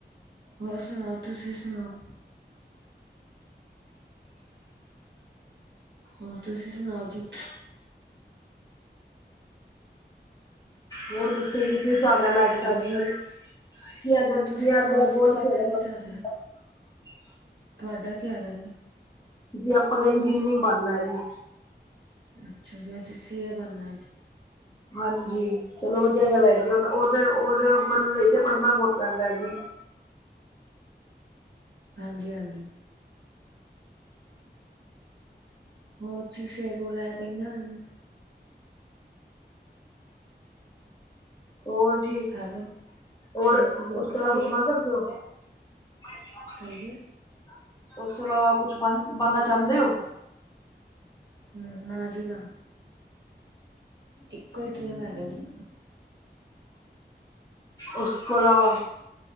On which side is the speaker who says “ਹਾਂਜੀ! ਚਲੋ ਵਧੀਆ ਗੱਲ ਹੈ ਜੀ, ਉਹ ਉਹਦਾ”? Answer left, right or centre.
Left